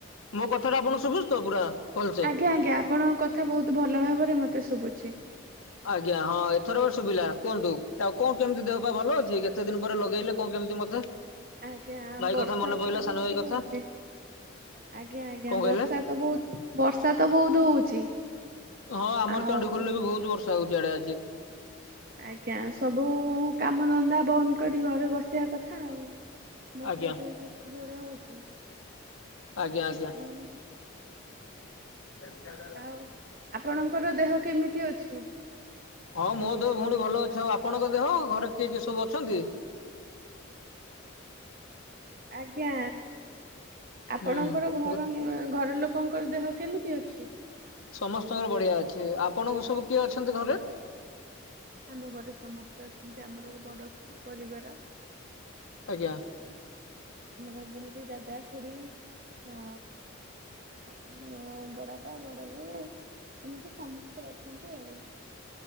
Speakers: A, on the left; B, on the right.
A: ମୋ କଥା ଟା ଆପଣ ଶୁଭୁଛି ତ ପୁରା? ଭଲସେ?
B: ଆଜ୍ଞା ଆଜ୍ଞା ଆପଣଙ୍କ କଥା ବହୁତ ଭଲ ଭାବରେ ମତେ ଶୁଭୁଛି।
A: ଆଜ୍ଞା ହଁ ଏଥର ଗ ସୁବିଲା କୁହନ୍ତୁ ଆଉ କଣ କେମିତି ଦେହ ପା ଭଲ ଅଛି? କେତେ ଦିନ ପରେ ଲଗେଇଲେ କଣ କେମିତି ମତେ?
B: ଆଜ୍ଞା
A: ଭାଇ
B: ବର୍ଷା
A: କଥା ମନେ
B: ତ
A: ପଇଲା
B: ବହୁତ
A: ସାନ ଭାଇ କଥା
B: ହଉଛି ଆଜ୍ଞା, ଆଜ୍ଞା
A: କଣ କହିଲେ
B: ବର୍ଷା ତ ବହୁତ ବର୍ଷା ତ ବହୁତ ହଉଛି।
A: ହଁ ଆମର
B: ଆଉ
A: ଚଣ୍ଡିଖୋଲ ରେ ବି ବହୁତ ବର୍ଷା ହଉଛି ଆଡେ ଆଜି।
B: ଆଜ୍ଞା ସବୁ କାମ ଧନ୍ଦା ବନ୍ଦ କରି ଘରେ ବସିବା କଥା ଆଉ। ବର୍ଷା
A: ଆଜ୍ଞା
B: ଯେ ଯେତେ ଜୋର ହୋଉଚି।
A: ଆଜ୍ଞା ଆଜ୍ଞା
B: ଆଉ
A: <unintelligible>
B: ଆଉ ଆପଣଙ୍କର ଦେହ କେମିତି ଅଛି?
A: ହଁ ମୋ ଦେହ ଭୋଉଣୀ ଭଲ ଅଛି। ଆଉ ଆପଣଙ୍କ ଦେହ ଘରେ କିଏ କିଏ ସବୁ ଅଛନ୍ତି?
B: ଆଜ୍ଞା ଆପଣଙ୍କର
A: ହୁଁ
B: ଘର, ଘର ଲୋ କଙ୍କର ଦେହ କେମିତି ଅଛି?
A: ସମସ୍ତଙ୍କର ବଢିଆ ଅଛି। ଆପଣଙ୍କ ସବୁ କିଏ ଅଛନ୍ତି ଘରେ?
B: ଆମ ଘରେ ସମସ୍ତେ ଅଛନ୍ତି। ଆମର ଗୋ ବଡ ପରିବାର।
A: ଆଜ୍ଞା।
B: ଆମର ଯେମିତି ଦାଦା, ଖୁଡି ଆ ଉଁ ବଡାପା, ବଡବୋଉ ଏମିତି ସମସ୍ତେ ଅଛନ୍ତି ଆଉ।